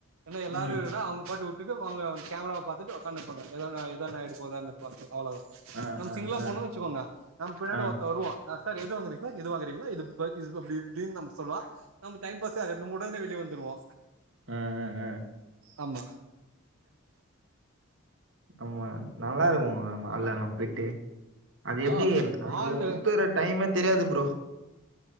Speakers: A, on the right; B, on the right.
A: ஏனா எல்லாருனா
B: ம்
A: அவங்க பாட்டு வுட்டு ட்டுங்க போங்க கேமராவ ப பாத்துட்டு ஒக்கானுப்பாங்க எத நடு போதா அவ்வளவுதா
B: ஆ
A: நம்ம
B: ஆ
A: சிங்களா
B: ஆ
A: போனு வச்சுக்கோங்க நம்ம பின்னாடி
B: ஆ ஆ
A: ஒருத்த வருவா சார் எது வாங்குறீங்க சார் எது வாங்கறீங்களா இது இ இப்படின்னு நம சொல்லுவா நம்ம டைம் பாஸே ஆ நம்ம உடனே வெளியே வந்துடுவோ
B: அ அ அ
A: ஆமா
B: ஆமா நல்லா இருக்கு மாலெல்லா போயிட்டு அது எப்டி
A: ஆ மாலு
B: அங்க சுத்துற டைமே தெரியாது ப்ரோ